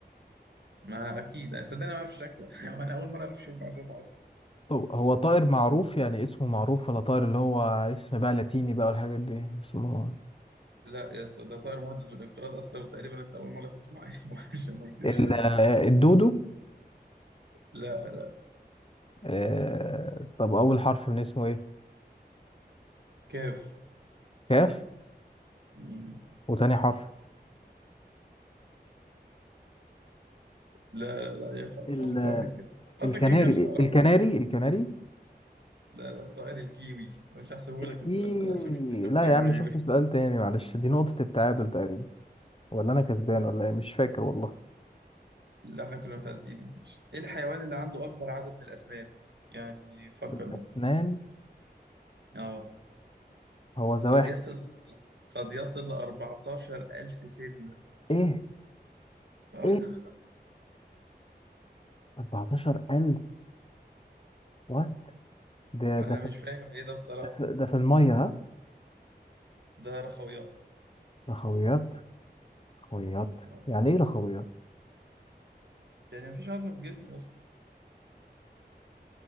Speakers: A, on the right; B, on the left.
A: ما اكيد انا صدقني ما اعرف شكله <laughs> وانا اول مره اعرف شو المعلومه اصلا
B: هو هو طائر معروف يعني اسمه معروف ولا طائر اللي هو اسم بقى لاتيني بقى والحاجات دي اسمه
A: لا يا اسطى ده طائر مهدد بالانقراض اصلا وتقريبا انت اول مره تسمع اسمه <laughs> عشان ما اكدبش
B: ال-
A: عليك
B: آه، الدودو
A: لا لا
B: آه طب اول حرف من اسمه ايه
A: كيف
B: كاف
A: كيف
B: وتاني حرف
A: لا لا لا يا خل-
B: ال-
A: خلصانه كده اصلا
B: الكناري
A: كده كده مش هتعرف
B: الكناري الكناري
A: لا لا طائر الكيوي أنا مش هحسبه
B: الكيوي
A: لك السؤال ده لا شوف شوف
B: لا
A: لك
B: يا
A: غير
B: عم شوف سؤال تاني معلش دي نقطة التعادل تقريبا ولا انا كسبان ولا ايه مش فاكر والله
A: اللي احنا كنا متعدلين يا باشا. ايه الحيوان اللي عنده اكبر عدد من الاسنان يعني فكر
B: الأسنان
A: بقى اه
B: هو زواحف
A: قد يصل قد يصل ل 14 ألف سن
B: إيه
A: <laughs>
B: إيه 14000 وات ده
A: انا
B: ده في
A: مش فاهم ايه ده بصراحه
B: ده في ده في المية ها
A: ده رخويات
B: رخويات رخويات
A: اه
B: يعني إيه رخويات
A: يعني مفيش عظم في جسمه اصلا